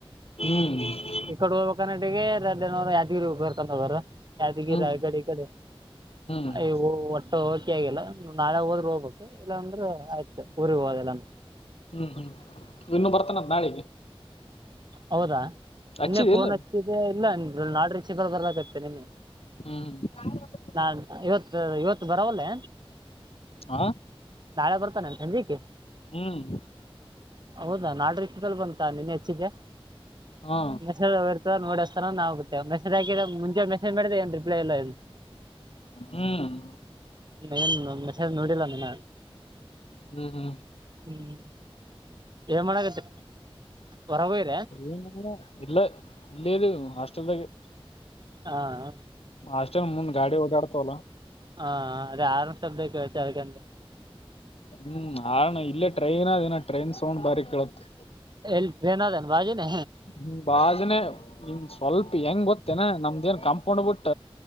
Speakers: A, on the left; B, on the right.
A: ಹ್ಮ್
B: ಈ ಕಡೆ ಹೋಗ್ಬೇಕ ಕನ್ನಡಿಗೆದನರು ಯಾದ್ಗಿರಿಗ ಬರ್ಕೊಂಡು ಹೋಗರು. ಯಾದಗಿರ
A: ಹ್ಮ್ ಹ್ಮ್
B: ಗಡಿ ಕಡೆ
A: ಹ್ಮ್
B: ಅಯ್ಯ ಒಟ್ಟು ಹೋಗಕ ಆಗಿಲ್ಲ. ನೀ್ ನಾಳೆ ಹೋದ್ರೆ ಹೋಗ್ಬೇಕು ಇಲ್ಲಾಂದ್ರೆ ಆಯ್ತ ಊರಿಗೆ ಹೋದ ಎಲ್ಲಾರ.
A: ಹ್ಮ್ ಹ್ಮ್ ಇನ್ನು ಬರ್ತಾನಂತ ನಾಳಿಗೆ.
B: ಹೌದಾ
A: ಹಚ್ಚಿದಿ
B: ಇನ್ನೆ ಫೋನ್
A: ಇಲ್ಲ
B: ಹಚ್ಚಿದ್ದೆ ಇಲ್ಲ ನಾಡ್ರೀಚಿಬಾಲ್ ಬರ್ಲತ್ತೆ ನಿನ್ನ.
A: ಹ್ಮ್
B: ನಾ ಇವತ್ತು ಇವತ್ತು ಬರವಲ್ಲೆ.
A: ಆ
B: ನಾಳೆ ಬರ್ತಾನೆ ಸಂಜಕ್ಕಿ.
A: ಹ್ಮ್
B: ಹೌದಾ ನಾಟರಿಜೈಬೆಲ್ ಬಂತ ನಿನ್ ಹೆಚ್ಚಿದ್ದೆ.
A: ಹಾ
B: ಮೆಸೇಜೆ ಇರತಾವ ನೋಡಿ ಹಚ್ಚಸ್ತರ ಅಂತಾ ನಾವು ಬಿಟ್ಟವಿ ಮೆಸೇಜಕಿದೆ ಹಾಕಿದರ ಮುಂಜಾನಲ್ಲಿ ಮುಂಸೇಜ ಮಾಡಿದರ ಏನ್ ಒಂದ ರಿಪ್ಲೈ ಇಲ್ಲ.
A: ಹ್ಮ್
B: ಏನ್ ಮೆಸೇಜ್ ನೋಡಿಲ್ಲ ನೀನ.
A: ಹ್ಮ ಹ್
B: ಹ್ಮ ಏನ್ ಮಾಡಾಕತ್ತಿರಿ..... ಹೊರಗ ಹೋಗಿರಿ.
A: ಏನ್ ಇಲ್ಲ... ಇಲ್ಲ. ಲದ ಹಾಸ್ಟೆಲಾದಗೆ...
B: ಹಾಂ ಹಾಂ
A: ಹಾಸ್ಟೆಲ್ ಮುಂದ ಗಾಡಿ ಓದಾಡ್ತಲ್ಲ.
B: ಹಾ ಅದೇ ಆರ ಶಬ್ದಕ್ಕೆ ಅ ಗಂಟೆ <unintelligible>
A: ಹ್ಮ್ ಹರ್ನ್ ಇಲ್ಲೇ ಟ್ರೈನ್ ಅದೇನ ಟ್ರೈನ್ ಸೌಂಡ್ ಬಾರಿ ಕೇಳುತ್ತೆ.
B: ಎಲ್ಲಿ ಟ್ರೈನ ಇದೆ ಬಾಜುಕ್.
A: ಹ ಬಾಜನೆ ಇನ್ ಸ್ವಲ್ಪ ಹೆಂಗ್ ಗೊತ್ತೇನಾ ನಮ್ದೇನ್. ಕಾಂಪೊನ್ಡ್ ಬಿುಟ್ಟ